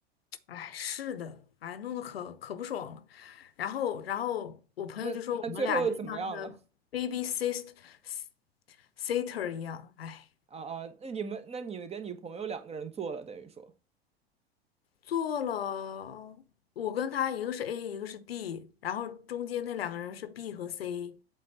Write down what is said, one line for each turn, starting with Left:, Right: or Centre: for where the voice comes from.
Left: 哎，是的，哎，弄得可可不爽了。然后，然后我朋友就说我们俩就像那个
Right: 那那最后怎么样了？
Left: baby sister s i s t e r 一样，哎。
Right: 啊啊，那你们，那你们跟你朋友两个人做了，等于说，
Left: 做了，我跟他一个是 A，一个是 D，然后中间那两个人是 B 和 C，